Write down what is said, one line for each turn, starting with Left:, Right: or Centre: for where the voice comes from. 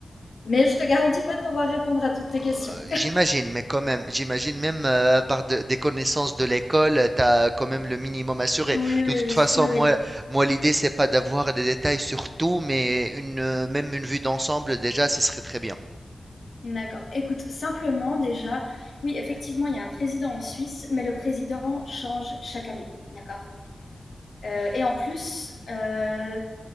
Left: mais je te garantis pas de pouvoir répondre à toutes tes
Right: Euh,
Left: questions.
Right: J'imagine, mais quand même, j'imagine même euh, par de- des connaissances de l'école, tu as quand même le minimum assuré.
Left: Oui, oui,
Right: De toute
Left: oui,
Right: façon,
Left: oui, oui.
Right: moi, moi l'idée, c'est pas d'avoir des détails sur tout, mais une, euh, même une vue d'ensemble, déjà, ce serait très bien
Left: D'accord. Écoute, simplement déjà, oui, effectivement, il y a un président en Suisse, mais le président change chaque année. D'accord. Euh, et en plus, euh,